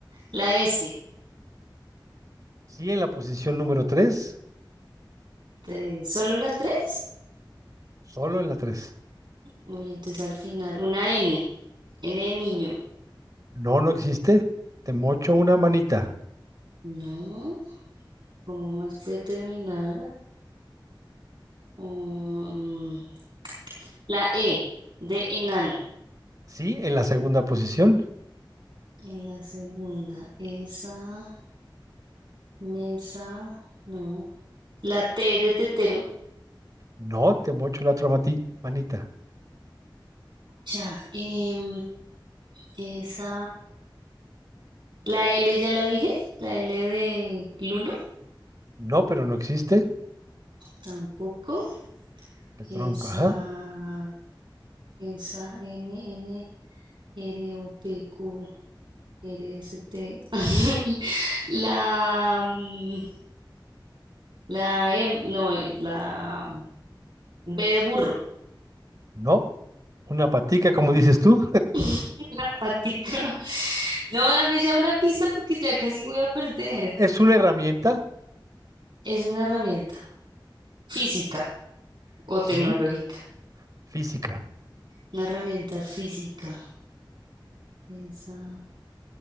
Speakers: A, on the right; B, on the right.
A: La S.
B: Sí en la posición número tres
A: Tres. ¿Solo la tres?
B: solo en la tres
A: Uy, entonces al final. Una N. N de niño.
B: No, no existe. Te mocho una manita.
A: No. ¿Cómo más puede terminar? Um, la E. De enano.
B: Sí en la segunda posición.
A: En la segunda. Esa. Mesa. No. La T de tetero.
B: No, te mocho la otra mati- manita.
A: Ya. em, esa. La L ya la dije. La L de Lulo.
B: No, pero no existe.
A: Tampoco.
B: El tronco,
A: Esa.
B: ajá.
A: Esa M, N. R O P ROPQ, RST, <laughs> la, mm, la M, no, eh, la B de burro,
B: No, una patica, como dices tú,
A: <laughs> la patica. No, dame ya una pista porque ya casi voy a perder.
B: es una herramienta,
A: Es una herramienta física o tecnológica.
B: sí, física.
A: Una herramienta física. Esa,